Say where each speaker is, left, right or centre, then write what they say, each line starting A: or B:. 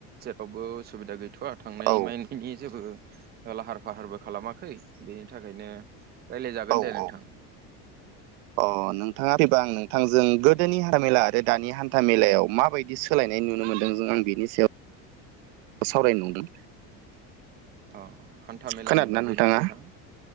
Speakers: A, on the right (about 30°); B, on the right (about 85°).
A: जेरावबो उसुबिदा गैथवा थांनाय
B: औ
A: माइ नि जेबो लाहार फाहारबो खालामाखै बेनि थाखायनो रायज्लायजागोन
B: औ
A: दे नोंथां।
B: औ अ नोंथाङा फ्रिबा आं नोंथांजों गोदोनि हान्थामेला आरो दानि हान्था मेलायाव माबायदि बिदि सोलायनाय नुनो मोन्दों जों बिनि सायाव सावरायनो नंदों।
A: अ हान्था मेलानि
B: खोनादोंना
A: बागैना
B: नोंथाङा
A: नोंथां?